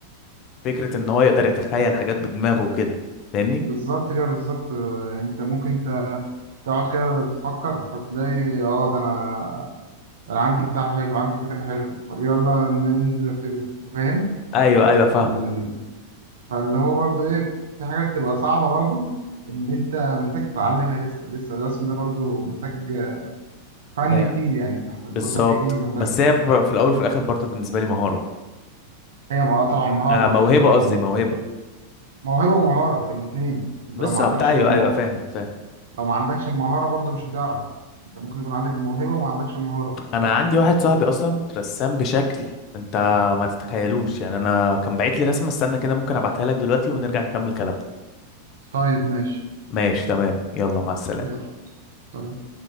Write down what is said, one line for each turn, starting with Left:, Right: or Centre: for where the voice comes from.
Left: فكرة ان هو يقدر يتخيل حاجات بدماغه وكده فاهمني
Right: بالظبط كده بالظبط آه، انت ممكن ت- تقعد كده تفكر هتلاقي اه ده انا انا عندي بتاع حلو عندي فكره حلوه طب يلا ننزل ننفذها انت فاهم
Left: ايوه ايوه فاهمة
Right: ال... فاللي هو برضه ايه في حاجات تبقى صعبه برضه اللي انت محتاج تتعلمها لسه لسه الرسم ده برضه محتاج فن
Left: آه،
Right: كتير يعني محتاج
Left: بالظبط
Right: كورسات كتير محتاج
Left: بس هي ب- في الاول وفي الاخر برضو بالنسبة لي مهارة
Right: هي م- طبعا مهاره
Left: آه موهبة
Right: هي انت لو
Left: قصدي موهبة
Right: موهبه ومهاره الاثنين انت
Left: بالظبط
Right: لو ما عندكش
Left: ايوه
Right: الم...
Left: ايوه فاهم فاهم
Right: لو ما عندكش المهاره برضه مش هتعرف انت ممكن يكون عندك الموهبه وما عندكش المهاره
Left: انا عندي واحد صاحبي اصلا رسام بشكل انت ما تتخيلوش يعني انا كان باعت لي رسمة استنى كده ممكن ابعتها لك دلوقتي ونرجع نكمل كلامنا
Right: طيب ماشي
Left: ماشي تمام يلا مع السلامة
Right: يلا سلام.